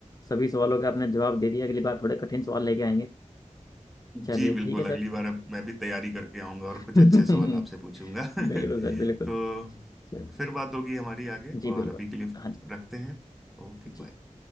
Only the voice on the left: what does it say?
सभी सवालों के आपने जवाब दे दिया अगली बार थोड़े कठिन सवाल लेके आएंगे चलिए
ठीक है सर
<laughs>
बिल्कुल
सर
बिल्कुल
चलिए
जी
बिल्कुल
हाँ जी
जी